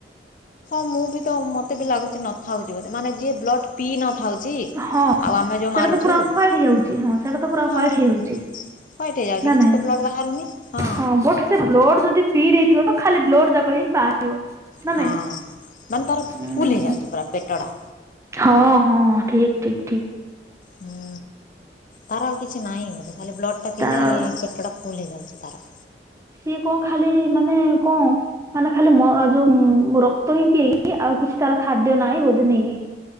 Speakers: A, on the left; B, on the right.
A: ମୁଁ ବି ତ ମତେ ବି ଲାଗୁଛି ନଥାଉଛି ବୋଧେ ମାନେ ଯିଏ ବ୍ଲଡ଼ ପିଇ ନଥାଉଛି।
B: ହଁ
A: ଆଉ ଆମେ
B: ସେଇଟା
A: ଯୋଉ ମାରୁଛୁ
B: ତ ପୁରା
A: ହଁ।
B: ହ୍ୱାଇଟ୍ ହେଇଯାଉଛି ସେଇଟା ତ ପୁରା ହ୍ୱାଇଟ୍
A: ହ୍ବାଇଟ୍
B: ହେଇଯାଉଛି
A: ହେଇ ଯାଉଛି
B: ନା
A: କିଛି
B: ନାଇଁ?
A: ତ ବ୍ଲଡ଼ ବାହାରୁନି ହଁ।
B: ହଁ ବଟ୍ ସେ ବ୍ଲଡ଼ ଯଦି ପିଇ ଦେଇଥିବ ତ ଖାଲି ବ୍ଲଡ଼ ଯାକ ହିଁ ବାହାରିବ। ନା
A: ହଁ
B: ନାଇଁ?
A: ମାନେ ତାର
B: ହୁଁ
A: ଫୁଲ୍ ହେଇଯାଉଛି ପୁରା ପେଟଡ଼ା।
B: ହଁ ହଁ ଠିକ୍ ଠିକ୍ ଠିକ୍।
A: ହୁଁ ତାର ଆଉ କିଛି ନାହିଁ ବୋଧେ ଖାଲି ବ୍ଲଡ଼ ପିଇଲେ
B: ତାର
A: ପେଟ ଟା ଫୁଲ୍ ହେଇଯାଉଛି ତାର।
B: ସିଏ କଣ ଖାଲି ମାନେ କଣ ମାନେ ଖାଲି ମ ଯୋଉ ରକ୍ତ ହିଁ ପିଇକି ଆଉ କିଛି ତାର ଖାଦ୍ୟ ନାହିଁ ବୋଧେ ନେଇକି।